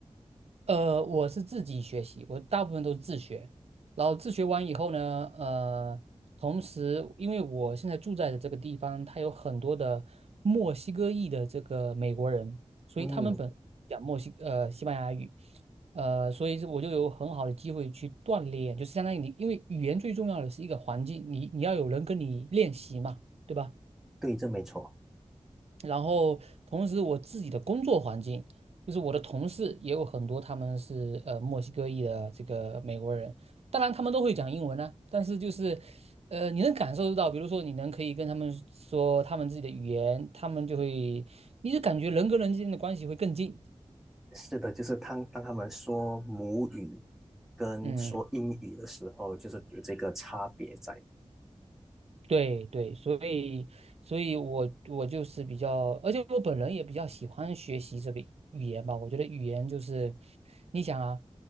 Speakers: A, on the right; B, in the centre.
A: 呃，我是自己学习，我大部分都是自学，然后自学完以后呢，呃，同时因为我现在住在的这个地方，它有很多的墨西哥裔的这个美国人，所以他们本讲墨西呃西班牙语，
B: 嗯，
A: 呃，所以我就有很好的机会去锻炼，就是相当于你，因为语言最重要的是一个环境，你你要有人跟你练习嘛，对吧？
B: 对，这没错。
A: 然后同时我自己的工作环境，就是我的同事也有很多他们是呃墨西哥裔的这个美国人，当然他们都会讲英文呢、但是就是呃你能感受得到，比如说你能可以跟他们说他们自己的语言，他们就会，你就感觉人跟人之间的关系会更近，
B: 是的，就是当当他们说母语跟说英语的时候，
A: 嗯。
B: 就是有这个差别在，
A: 对对，所以所以我我就是比较，而且我本人也比较喜欢学习这个语言吧。我觉得语言就是，你想啊，